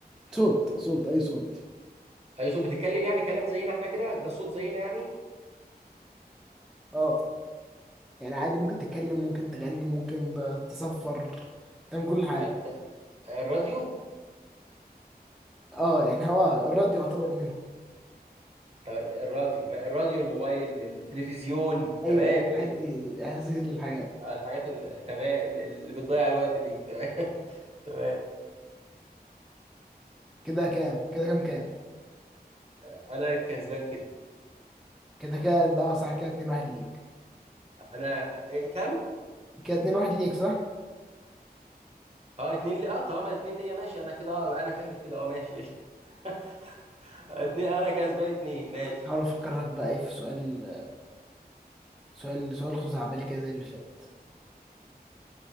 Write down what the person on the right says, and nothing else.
اي صوت بتتكلم يعني كلام زينا احنا كده ده صوت زينا يعني
ال- ده- آه، الراديو
طب الراديو ما الراديو الموبايل التلفزيون تمام
كده
آه، الحاجات ال... تمام ال- اللي بتضيع الوقت دي تمام <laughs> تمام
آه، انا الكسبان كده
انا إيه كام
اه اتنين لي اه طالما الاتنين ليا ماشي انا كده اه بقى انا فاكر كده اه ماشي قشطه <laughs> اتنين انا كسبان اتنين ماشي